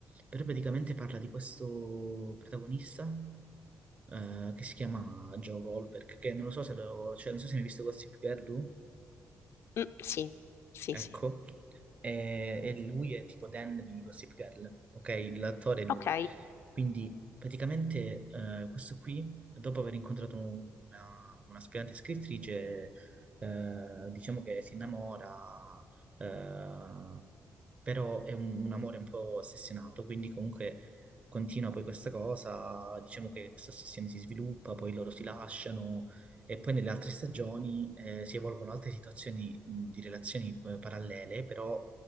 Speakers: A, on the right; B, on the left.
A: però praticamente parla di questo protagonista eh, che si chiama Joe Goldberg, che non lo so se lo, cioè, non so se hai mai visto Gossip Girl tu.
B: Mm, sì, sì,
A: Ecco,
B: sì.
A: e, e lui è tipo Dan di Gossip Girl, ok? L'attore è lui.
B: Ok,
A: Quindi praticamente eh, questo qui, dopo aver incontrato una, un'aspirante scrittrice, eh, diciamo che si innamora, eh, però è un, un amore un po' ossessionato, quindi comunque continua poi questa cosa, diciamo che questa ossessione si sviluppa, poi loro si lasciano e poi nelle altre stagioni eh, si evolvono altre situazioni mh, di relazioni eh, parallele, però